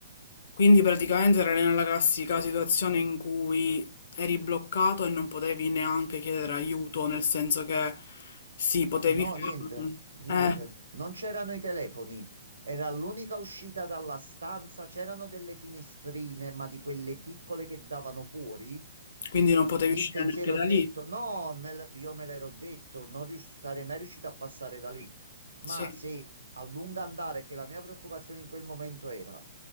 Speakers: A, on the left; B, on the right.
A: Quindi praticamente era nella classica situazione in cui eri bloccato e non potevi neanche chiedere aiuto, nel senso che sì, potevi
B: No,
A: farlo.
B: niente, niente.
A: Eh,
B: Non c'erano i telefoni. Era l'unica uscita dalla stanza. C'erano delle finestrine, ma di quelle piccole che davano fuori.
A: quindi non potevi
B: E lì
A: uscire
B: il pensiero
A: neanche da
B: ho detto:
A: lì.
B: No, me l- io me l'ero detto, non rius- sarei mai riuscito a passare da lì. Ma
A: Sì.
B: se a lungo andare, che la mia preoccupazione in quel momento era